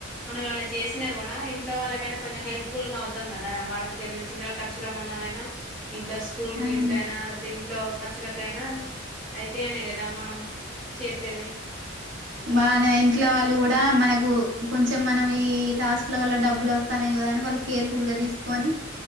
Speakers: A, in the centre; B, on the right.
A: మనం ఏమైనా చేసినా కూడా ఇంట్లో వాళ్ళకైనా కొంచెం హెల్ప్ ఫుల్ గా అవుతాం కదా వాళ్ళకి ఏదైనా చిన్న ఖర్చుల మందంమైనా ఇట్లా స్కూల్
B: ఆ
A: ఫీజు అయితే ఇంట్లో ఖర్చులకైనా అయితాయి అనే కదా మనం చేసేది
B: మన ఇంట్లో వాళ్ళ్ కూడా మనకు కొంచెం మనం ఈ టాస్క్ ల వల్ల మ వల్ల డబ్బులు వస్తాన్నాయి కదా అని వాళ్ళు కేర్ ఫుల్ గా తీసు కొని